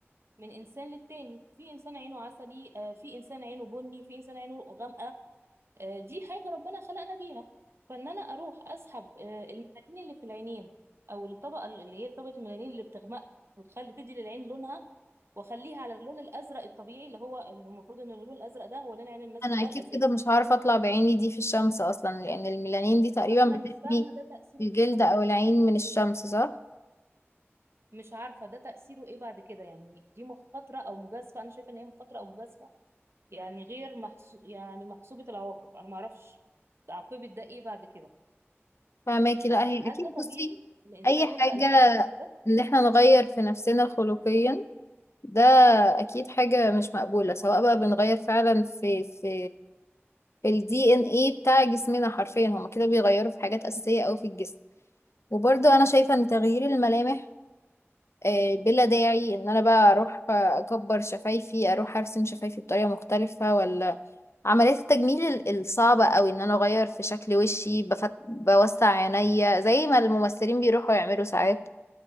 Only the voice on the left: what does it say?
انا
اكيد
كده مش هعرف اطلع بعيني دي في الشمس اصلا لان الميلانين دي تقريبا
بتحمي
الجلد
او العين من الشمس صح
فماكي
لا هي اكيد
بصي
اي حاجة
ان احنا نغير في نفسنا خلقيا ده اكيد حاجة مش مقبولة سواء بقى بنغير فعلا في في في الدي ان ايه بتاع جسمنا حرفيا هما كده بيغيروا في حاجات اساسية او في الجسم وبرضه انا شايفة ان تغيير الملامح آه، بلا داعي ان انا بقى اروح آه، اكبر شفايفي اروح ارسم شفايفي بطريقه مختلفه ولا عمليات التجميل ال- الصعبه قوي ان انا اغير في شكل وشي بفت... بوسع عينيا زي ما الممثلين بيروحوا يعملوا ساعات